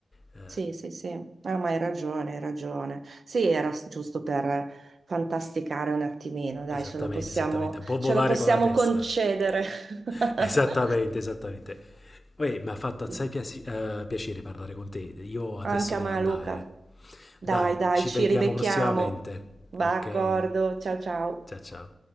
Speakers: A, on the left; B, on the right.
A: eh,
B: Sì, sì, sì, Ah, ma hai ragione, hai ragione. Sì, era s- giusto per fantasticare un attimino, dai,
A: esattamente,
B: ce lo possiamo,
A: esattamente, un po' volare
B: ce lo possiamo
A: con la testa,
B: concedere. <laughs>
A: <laughs> esattamente, esattamente. Uè, mi ha fatto
B: Sì.
A: assai piaci- eh, piacere parlare con te, io adesso
B: Anche a
A: devo
B: me,
A: andare.
B: Luca. Dai,
A: Dai,
B: dai,
A: ci
B: ci
A: vediamo
B: ribecchiamo.
A: prossimamente,
B: Va,
A: ok?
B: D'accordo, ciao ciao.
A: Ciao ciao.